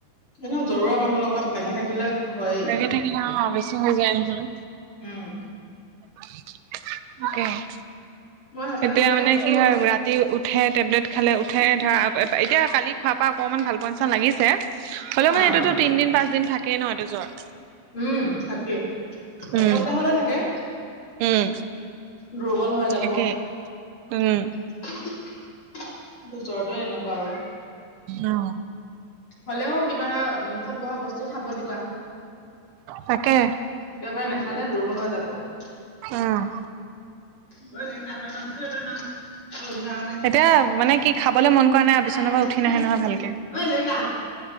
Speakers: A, on the left; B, on the right.
A: এনেও জ্বৰুৱৰা মানুহৰ লগত লাগি থাকিলে হয়েই
B: লাগে থাকিলো অ বেছি হৈ যায় নহয়।
A: উম।
B: <unintelligible>
A: মই সেইকাৰণে
B: এতিয়া
A: কৈছো
B: মানে
A: টেবলেটটো
B: কি হয় ৰাতি উঠে, টেবলেট খালে উঠে, ধৰা এতিয়া কালি খোৱাৰ পৰা অকমান ভাল পচা লাগিছে। হ'লেও
A: অ',
B: মানে এইটো তিনদিন পাঁচদিন থাকেই ন এইটো জ্বৰ।
A: উম থাকে।
B: উম
A: এসপ্তাহ'লে থাকে।
B: উম
A: দুৰ্বল হৈ যাব।
B: থাকেই উম।
A: <unintelligible> তোৰ জ্বৰ টোৱে এনেকুৱা আৰু।
B: অ
A: হ'লেও কিবা মুখত বহা বস্তু খাব দিবা।
B: তাকে
A: একেবাৰে নাখালে দুৰ্বল হৈ যাবগে।
B: উম'
A: য দ নামছ নাম অ ন কি
B: এতিয়া
A: <unintelligible>
B: মানে কি খাবলে মন কৰা
A: নাই
B: আৰু বিচনাৰ পৰা
A: গ
B: উঠি
A: দিয়
B: নাহে নহয়
A: কছ
B: ভালকে
A: লখন